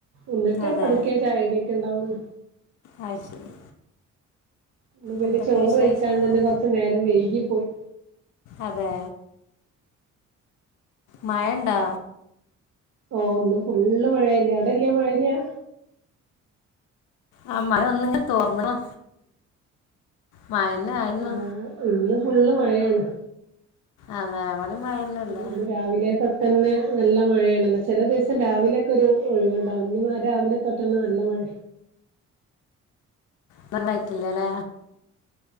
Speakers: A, on the right (about 65°); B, on the left (about 80°).
A: ഒന്നിട്ടേ
B: അതെ
A: പതുക്കെ ചായകുടിക്കെ ഉണ്ടാവുള്ളൂ.
B: അഹ് ശരി.
A: ഒന്ന് പിന്നെ
B: എന്തൊക്കെ
A: ചോറ്
B: വിശേഷങ്ങള്
A: കഴിക്കാൻ തന്നെ കൊറച്ചു നേരം വൈകി പോയി.
B: അതെ മായണ്ടാ
A: ഓ ഒന്ന് ഫുള്ള് മഴയല്ലേ അവിടെല്ലയ മഴല്ലയാ.
B: ആഹ് മഴ ഒന്നിങ്ങ് തോറ്ന്നപ്പോ മാഴെന്നെ ആയിരുന്നു
A: ആഹ് ഇന്ന് ഫുള്ള് മഴയാണ്
B: അതെ അവടിം മഴെന്നെല്ലേ
A: ഇന്ന് രാവിലെ തൊട്ടന്നെ നല്ല മഴയാണല്ലോ ചെല ദിവസം രാവിലൊക്കൊര് ഒഴിവ്ണ്ടാവും ഇന്ന് രാവിലെ തൊട്ടന്നെ നല്ല മഴ
B: നന്നായിട്ടില്ലലേ